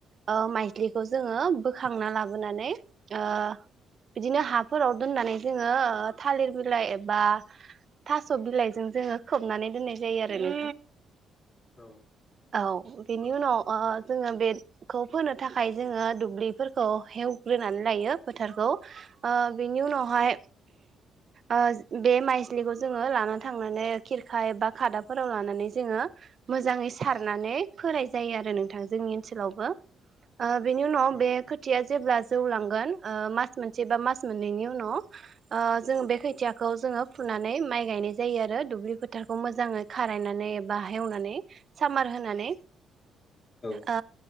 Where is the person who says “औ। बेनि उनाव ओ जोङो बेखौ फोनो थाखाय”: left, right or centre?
Right